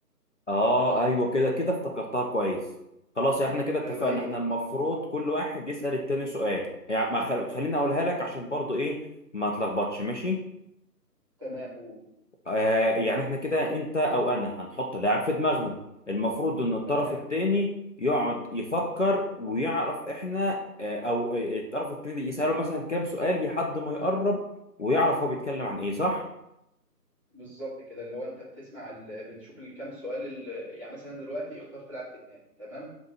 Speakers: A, on the left (about 50°); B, on the right (about 20°).
A: اه ايوه كده كده افتكرتها كويس خلاص احنا كده اتفقنا
B: ايوه هي
A: احنا
B: دي
A: المفروض كل واحد يسأل التاني سؤال يعني ما خل... خليني اقولها لك عشان برضو ايه ما تلخبطش ماشي
B: تمام قول
A: آه يعني احنا كده انت او انا هنحط لاعب في دماغنا المفروض ان الطرف
B: تمام
A: التاني يقعد يفكر ويعرف احنا آه او آه، الطرف التاني يسأله مثلا كام سؤال لحد ما يقرب ويعرف هو بيتكلم عن ايه صح
B: بالظبط كده اللي هو انت بتسمع ال... بتشوف الكام سؤال ال... يعني مثلا دلوقتي اختار تلعب في دماغك تمام